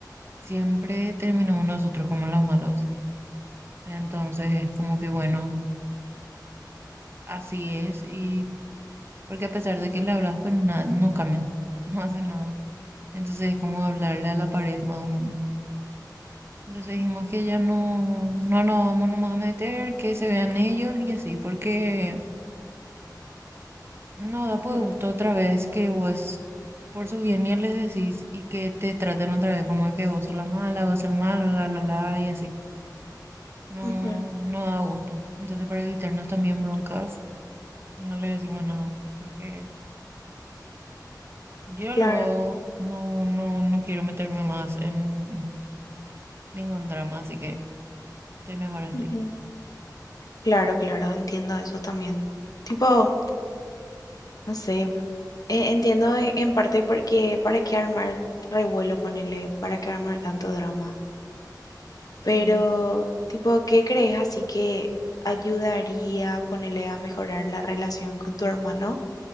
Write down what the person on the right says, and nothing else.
siempre terminamos nosotros como los malos. Entonces es como que bueno, así es y porque a pesar de que le hablas, pues nada, no cambian, <laughs> no hacen nada. Entonces es como hablarle a la pared más o menos. Entonces dijimos que ya no, no nos vamos nomás a meter, que se vean ellos y así, porque No da
pues gusto otra vez que vos por su bien ni les decís y que te traten otra vez como de que vos sos la mala, vos sos el malo, la la la y así. No,
no da gusto. Entonces para evitarnos también broncas, no le decimos nada, porque yo
luego no, no, no quiero meterme más en ningún drama, así que estoy mejor así.
Sí,